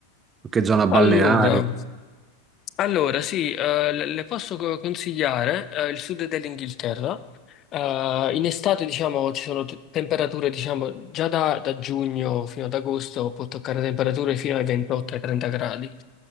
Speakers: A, on the right (about 20°); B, on the left (about 30°).
A: qualche zona balneare.
B: Allora. Allora, sì, eh, le le posso co- consigliare eh, il sud dell'Inghilterra. Eh, in estate, diciamo, ci sono t- temperature, diciamo, già da, da giugno fino ad agosto può toccare temperature fino ai 28 ai 30 gradi.